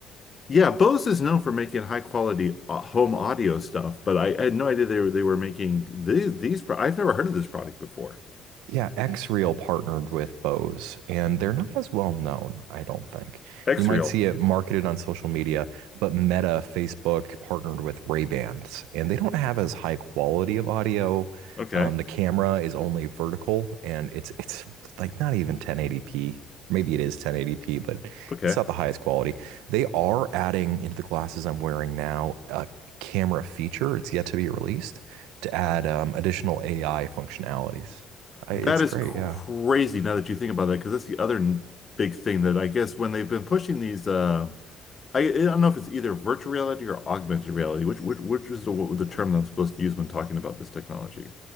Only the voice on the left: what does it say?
Yeah, Bose is known for making high quality uh, home audio stuff, but I, I had no idea they were they were making these these pro I've never heard of this product before.
Xreel.
Okay.
Okay.
That
is
crazy
now that you think about that, because that's the other n- big thing that I guess when they've been pushing these uh I, I don't know if it's either virtual reality or augmented reality, which which which is the, the term that I'm supposed to use when talking about this technology.